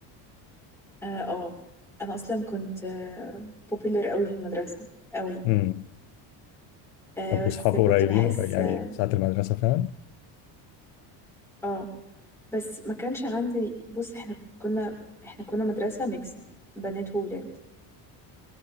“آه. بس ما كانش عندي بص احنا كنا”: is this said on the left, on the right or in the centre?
Centre